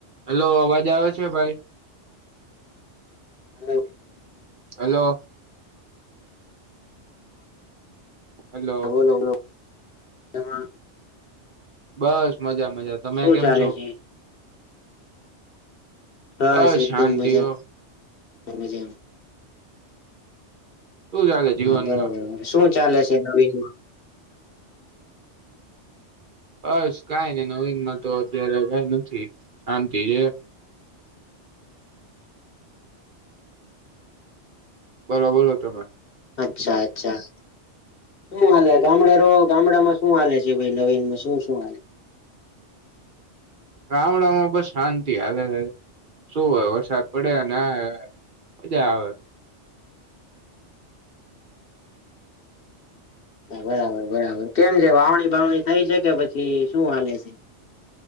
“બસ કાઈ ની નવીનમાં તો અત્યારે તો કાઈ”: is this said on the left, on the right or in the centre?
Right